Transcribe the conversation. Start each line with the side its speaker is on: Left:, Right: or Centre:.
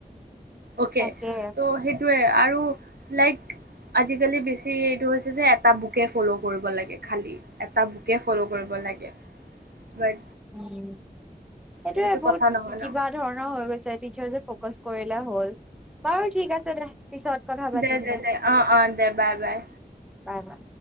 Right: অকে
Centre: তাকে
Right: ত' সেইটোৱে আৰু লাইক আজিকালি বেছি সেইটো হৈছে যে এটা বুকে ফ'ল' কৰিব লাগে খালি এটা বুকে ফল' কৰিব লাগে বাট
Centre: সেইটোয়ে
Right: সেইটো
Centre: বহুত
Right: কথা নহয়
Centre: কিবা
Right: ন
Centre: ধৰণৰ হৈ গৈছে টিচাৰ যে ফকাচ কৰিলে হ'ল বাৰু ঠিক আছে দে পিছত কথা পাতিম
Right: দে দে দে অ অ দে বাই বাই
Centre: কই যা